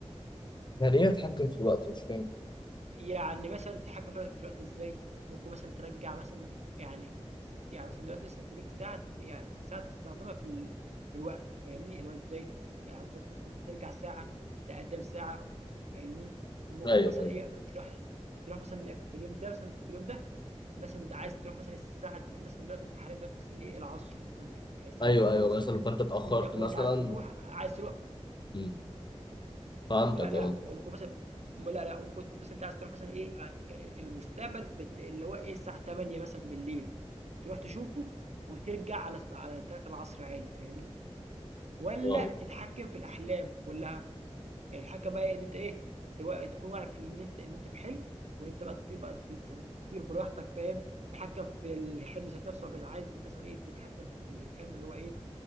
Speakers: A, on the left (about 40°); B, on the right (about 75°).
A: يعني ايه اتحكم في الوقت مش فاهم
B: يعني مثلا تتحكم في في الوقت إزاي ممكن مثلا ترجع مثلا يعني يعني مثلا دلوقتي مثلا أنت ليك ساعة يعني ساعة تستخدمها في, ال... في الوقت فاهمني اللي هو إزاي يعني ممكن مثلا ترجع ساعة تقدم ساعة فاهمني ممكن
A: ايوه
B: مثلا
A: ايوه
B: إيه تروح تروح مثلا في اليوم ده مثلا في اليوم ده مثلًا أنت عايز تروح مثلًا الساعة مثلًا دلوقتي أنت حاليًا دلوقتي مثلًا إيه العصر، يعني الساعة
A: ايوه
B: 15:00
A: ايوه مثلا فانت اتاخرت
B: وأنت وأنت
A: مثلا
B: عايز تروح عايز تروح
A: مم. فهمتك
B: لأ، لأ،
A: اه
B: ممكن مثلًا م لأ، لأ، ممكن مثلًا أنت عايز تروح مثلًا إيه آآ المستقبل بت اللي هو إيه الساعة 20:00 مثلًا بالليل، تروح تشوفه وترجع على الس على 15:00 عادي فاهمني؟ والّا
A: آه.
B: تتحكم في الأحلام كلها؟ يعني الحكم بقى إيه؟ إن أنت إيه توا- تكون واعي في إن أنت إن أنت في حلم وإن أنت بقى تطير بقى ت- ت- تطير براحتك فاهم تتحكم في الحلم ذات نفسه وبقى عايز مثلا إيه تتحكم في الحلم اللي هو إيه